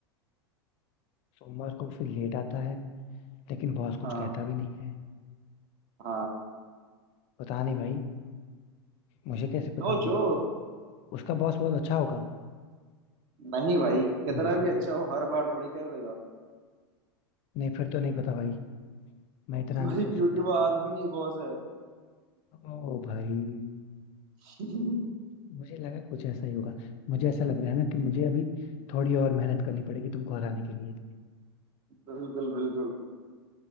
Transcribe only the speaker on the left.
सोमवार को फिर लेट आता है लेकिन बॉस
कुछ कहता भी नहीं है
पता नहीं भाई मुझे कैसे पता
होगा उसका बॉस बहुत अच्छा होगा
इसी
वजह
से
नहीं फिर तो नहीं पता भाई मैं इतना
नहीं सोच
सकता
ओ भाई
मुझे लगा कुछ ऐसा ही होगा मुझे ऐसा लग रहा है ना कि मुझे अभी थोड़ी और मेहनत करनी पड़ेगी तुमको हराने के लिए